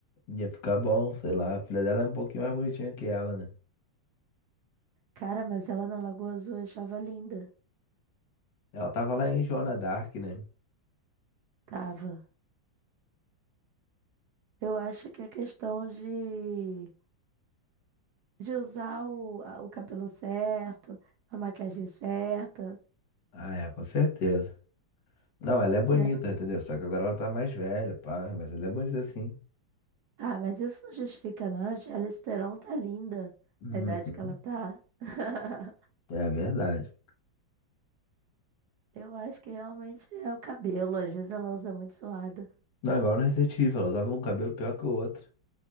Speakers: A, on the left; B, on the right.
A: Ia ficar bom, sei lá. A filha dela é um pouquinho mais bonitinha que ela, né?
B: Cara, mas ela na Lagoa Azul eu achava linda.
A: Ela tava lá em Joana Dark, né?
B: Tava. Eu acho que é questão de de usar o, a- o cabelo certo, a maquiagem certa.
A: Ah, é, com certeza. Não, ela é bonita,
B: porque-
A: entendeu? Só que agora ela tá mais velha, pá. Mas ela é bonita sim.
B: Ah, mas isso não justifica, não. A Charlize Theron tá linda
A: Uhum.
B: na idade que ela tá. <laughs>
A: É verdade.
B: Eu acho que realmente é o cabelo. Às vezes ela usa muito suado.
A: Não, igual no Resident Evil, ela usava um cabelo pior que o outro.